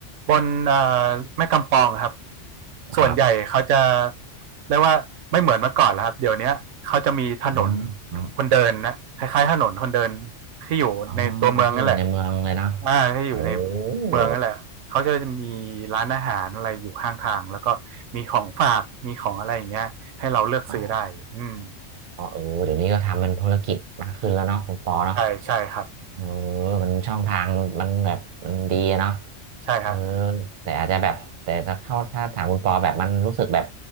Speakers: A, on the right; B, on the right.
A: บนเอ่อแม่กำปองครับส่วนใหญ่เขาจะ
B: ครับ
A: เรียกว่าไม่เหมือนเมื่อก่อนแล้วครับเดี๋ยวเนี้ยเขาจะมีถนน
B: อ๋อ
A: คนเดินนะคล้ายๆถนนคนเดินที่อยู่ในตัวเมืองนั่นแหละ
B: อ๋อที่อยู่ในเมืองเลยเนาะ
A: อ่าถ้าอยู่ใน
B: โอ้โห
A: เมืองนั่นแหละเขาจะมีร้านอาหารอะไรอยู่ข้างทางแล้วก็มีของฝากมีของอะไรอย่างเงี้ยให้เราเลือกซื้อได้อืม
B: อ๋ออ๋อเออเดี๋ยวนี้ก็ทำเป็นธุรกิจมากขึ้นแล้วเนาะคุณปอเนาะ
A: ใช่ใช่ครับ
B: เออมันช่องทางมันแบบมันดีอะเนาะ
A: ใช่ครับ
B: เออแต่อาจจะแบบแต่ถ้าเข้าถ้าถามคุณปอแบบมันรู้สึกแบบ